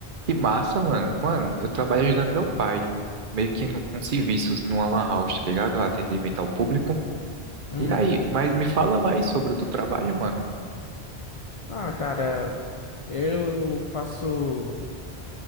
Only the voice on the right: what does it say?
Que massa, mano. Mano, eu trabalho ajudando meu pai, meio que no- com serviços numa lan house, tá ligado? Atendimento ao público.
E aí, mas me fala mais sobre o teu trabalho, mano.